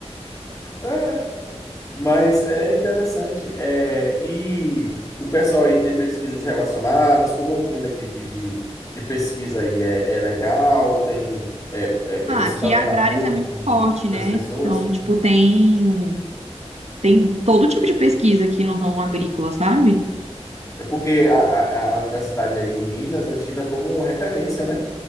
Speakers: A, on the left; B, on the right.
A: É, mas é interessante. é, e o pessoal aí tem pesquisas relacionadas, como é o clima de, de, de, de pesquisa aí? É, é legal? Tem, é, é,
B: Ah,
A: é, você
B: aqui
A: está
B: agrárias
A: tendo apoio
B: é muito
A: de,
B: forte,
A: de- das
B: né?
A: pessoas,
B: Então, tipo,
A: né?
B: tem, tem todo tipo de pesquisa aqui no ramo agrícola, sabe?
A: É porque a, a, a a universidade aí em Minas é tida como referência, né?